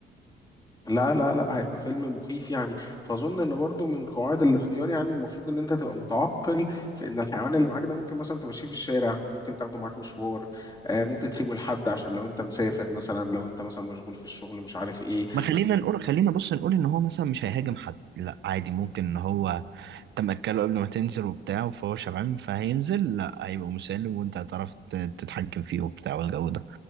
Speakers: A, on the left; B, on the right.
A: لا لا لا هيبقى فيلم مخيف يعني فاظن ان برضو من قواعد الاختيار يعني المفروض ان انت تبقى متعقل في ان الحيوان اللي معاك ده ممكن مثلا تمشيه في الشارع ممكن تاخده معاك مشوار آه، ممكن تسيبه لحد عشان لو انت مسافر مثلا لو انت مثلا مشغول في الشغل مش عارف ايه
B: ما خلينا نقول خلينا بص نقول ان هو مثلا مش هيهاجم حد لا عادي ممكن ان هو انت مأكله قبل ما تنزل وبتاع فهو شبعان فهينزل لا هيبقى مسالم وانت هتعرف ت- تتحكم فيه وبتاع والجو ده